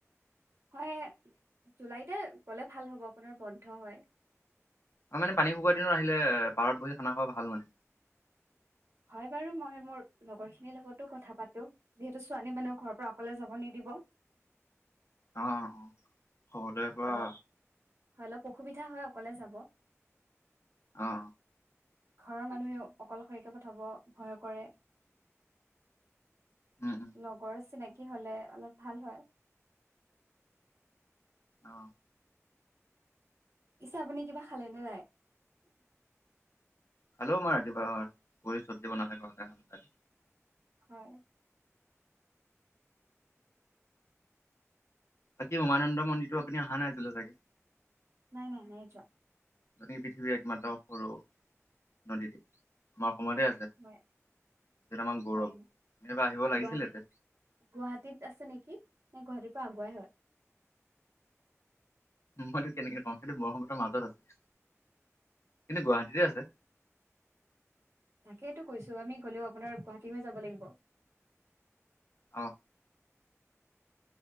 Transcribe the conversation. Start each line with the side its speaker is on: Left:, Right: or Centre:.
Right: হয়, জুলাইতে গ'লে ভাল হ'ব আপোনাৰ বন্ধ হয়।
Left: আৰু মানে পানী শুকোৱাৰ দিনত আহিলে পাৰত বহি খানা খোৱা ভাল মানে।
Right: হয় বাৰু মই মোৰ লগৰ খিনিৰ লগতো কথা পাতো, যিহেতু ছোৱালী মানুহ ঘৰৰ পৰা অকলে যাব নিদিব।
Left: অ, অ, সৰদয় পৰা
Right: অলপ হয় অলপ অসুবিধা হয় অকলে যাব।
Left: অ'।
Right: ঘৰৰ মানুহেও অকলশৰীয়াকে পঠাব ভয় কৰে।
Left: উম উম
Right: লগৰ চিনাকী হ'লে অলপ ভাল হয়।
Left: অ'।
Right: পিছে আপুনি কিবা খালে নে নাই।
Left: খালো মই ৰাতিপুৱাসাজ পুৰি চব্জি বনালে ঘৰতে খালো।
Right: হয়।
Left: বাকী উমানন্দ মন্দিৰটো আপুনি অহা নাছিলে চাগে।
Right: নাই নাই নাই যোৱা
Left: নদী পৃথিৱীৰ একমাত্ৰ সৰু নদীদ্বীপ আমাৰ অসমতে আছে।
Right: হয়
Left: যিটো আমাৰ গৌৰৱ
Right: হয়,
Left: এইবাৰ আহিব
Right: হয়
Left: লাগিছিলে
Right: গুৱাহাটী
Left: ইয়াতে
Right: গুৱাহাটীত আছে নেকি? ন গুৱাহাটীৰ পৰা আগুৱাই হয়।
Left: মইতো কেনেকে কওঁ সেইটো বগতৰ মাজৰ আছে কিন্তু গুৱাহাটীতে আছে।
Right: তাকেইটো কৈছো আমি গলেও আপোনাৰ গুৱাহাটী হৈ যাব লাগিব।
Left: অ'।